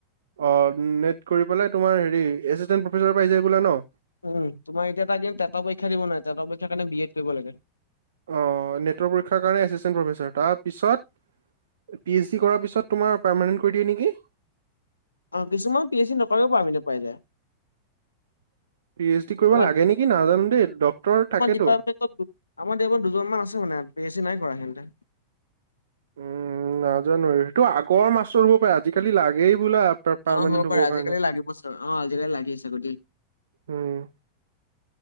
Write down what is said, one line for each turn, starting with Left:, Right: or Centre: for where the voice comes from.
Right: অ', নেট কৰি পেলাই তোমাৰ হেৰি এচিষ্টেণ্ট প্ৰফেচাৰ পাইি যায় বোলে ন?
Left: উম তোমাৰ এতিয়া ত তেটা পৰক্ষা দিব নোৱাৰে তেটা পৰীক্ষাৰ কাৰণে বি এড কৰিব লাগে।
Right: অ', নেটৰ পৰীক্ষাৰ কাৰণে এচিষ্টেণ্ট প্ৰফেচৰ তাৰপিছত পি এইচ ডি কৰাৰ পিছত তোমাৰ পাৰমানেন্ট কৰি দিয়ে নেকি?
Left: আহ কিছুমান পি এইচ চি নকৰিবও পাৰি নাপাই।
Right: <inaudible> কৰিব
Left: আৰ
Right: লাগে নেকি নাজানো দেই ডক্তৰ থাকেতো।
Left: ডিপাৰ্টমেণ্ট আমাৰ ডিপাৰটেণ্ট দুজন মমান আছে মানে প এ চি নাই কৰা সেহতে
Right: উম নাজানো সেইটো আগৰ মাছটো ৰুব পাৰে আজিকালি লাগেই বোলা। পাৰ্মানেণ্ট
Left: অ', হ'ব বাৰু
Right: হ'বৰ
Left: আজিকালি
Right: কাৰণে।
Left: লাগিব চ অ আজিিকালি লাগি আছে গটি
Right: উম',